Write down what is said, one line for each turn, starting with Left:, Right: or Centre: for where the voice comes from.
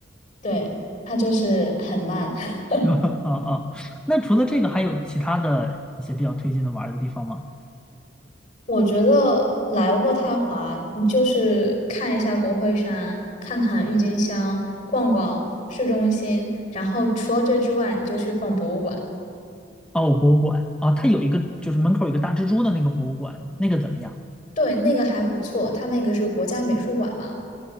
Left: 对，他就是很慢。<laughs>
Centre: <laughs> 啊啊，那除了这个，还有其他的一些比较推荐的玩儿的地方吗？
Left: 我觉得来渥太华，你就是看一下国会山，看看郁金香，逛逛市中心，然后除了这之外，你就去逛博物馆。
Centre: 哦，博物馆，哦，它有一个就是门口有一个大蜘蛛的那个博物馆，那个怎么样？
Left: 对，那个还不错，它那个是国家美术馆嘛。